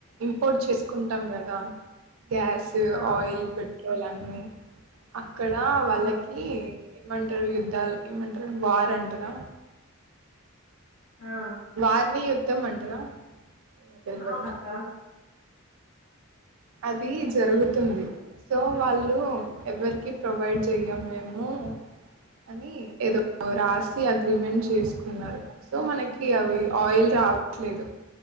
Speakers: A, on the right; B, on the left.
A: ఇంపోర్ట్ చేసుకుంటాం కదా గ్యాస్
B: ఆ
A: ఆయిల్ పెట్ పోలాని అక్కడ
B: ఆ
A: వాళ్ళకి ఇమంటారు యుద్ధాలు ఏమంటారు అక్క వార అంటుారా
B: ఆ
A: వారిని యుద్ధ ఉత్తమంటరా మత్తం
B: అవునక్క
A: బర్ అది జరుగుతుంది సో వాళ్ళు ఎవరికి ప్రొవైడ్ చెయ్యం మేము అని ఏదో రాసి అగ్రిమెంట్ చేసుకున్నారు సో మనకి అవి ఆయిల్ రావట్లేదు